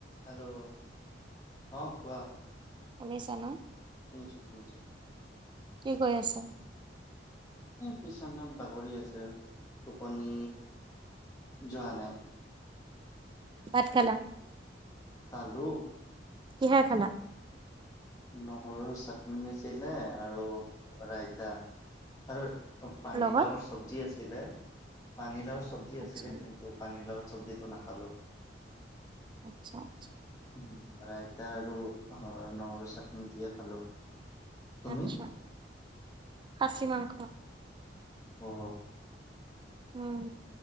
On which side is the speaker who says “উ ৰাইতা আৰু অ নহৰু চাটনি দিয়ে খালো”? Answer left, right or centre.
Left